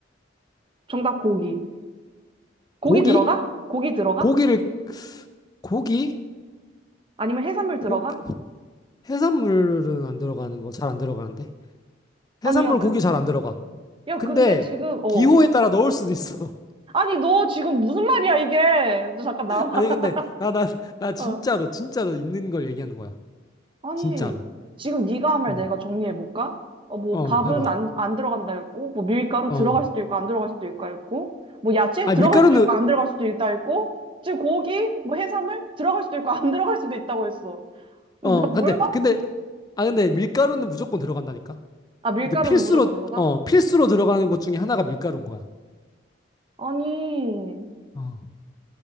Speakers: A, on the right; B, on the left.
A: 정답 고기. 고기
B: 고기?
A: 들어가? 고기 들어가?
B: 고기를 고기?
A: 아니면 해산물 들어가?
B: 고기 해산물은 안 들어가는 거 잘 안 들어가는데
A: 아니,
B: 해산물
A: 야, 근,
B: 고기 잘 안 들어가.
A: 야,
B: 근데
A: 근데 지금, 어.
B: 기호에 따라 넣을 수도 있어.
A: 아니, 너 지금 무슨 말이야, 이게? 너 잠깐 나와. <laughs>
B: 아니 근데 나 나 나 진짜로
A: 어.
B: 진짜로 있는 걸 얘기하는 거야.
A: 아니,
B: 진짜로.
A: 지금 네가 한 말
B: 응.
A: 내가 정리해볼까? 어, 뭐,
B: 어,
A: 밥은
B: 해봐.
A: 안, 안 들어간다 했고, 뭐, 밀가루
B: 어.
A: 들어갈 수도 있고, 안 들어갈 수도 있고, 했고, 뭐, 야채
B: 아
A: 들어갈
B: 밀가루는
A: 수도 있고, 안 들어갈 수도 있다 했고, 지금 고기, 뭐, 해산물 들어갈 수도 있고, 안 들어갈 수도 있다고 했어. 나
B: 어 근데
A: 뭘 봐?
B: 근데 아 근데 밀가루는 무조건 들어간다니까.
A: 아, 밀가루는
B: 이거 필수로
A: 무조건 들어가?
B: 어 필수로 들어가는 것 중에 하나가 밀가루인 거야.
A: 아니.
B: 어.